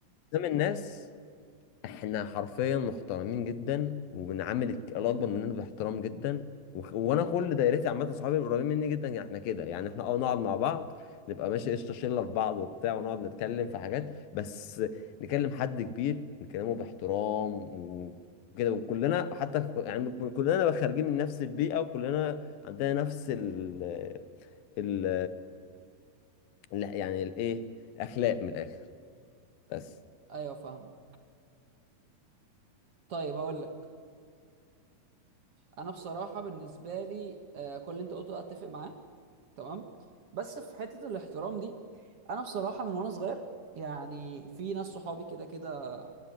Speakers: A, on the left (about 80°); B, on the right (about 50°).
A: قدام الناس احنا حرفيا محترمين جدا وبنعامل الك- الاكبر مننا باحترام جدا وخ- وانا كل دايرتي عامه صحابي القريبين مني جدا يعني احنا كده يعني احنا اه نقعد مع بعض نبقى ماشي قشطه شله في بعض وبتاع ونقعد نتكلم في حاجات بس نكلم حد كبير نكلمه باحترام وكده وكلنا حتى ك- يعني ك- كلنا خارجين من نفس البيئه وكلنا عندنا نفس ال ال ال- يعني الايه اخلاق من الاخر بس
B: ايوه فاهم طيب هقول لك انا بصراحه بالنسبه لي آه، كل اللي انت قلته ده اتفق معاه تمام بس في حته الاحترام دي انا بصراحه من وانا صغير يعني في ناس صحابي كده كده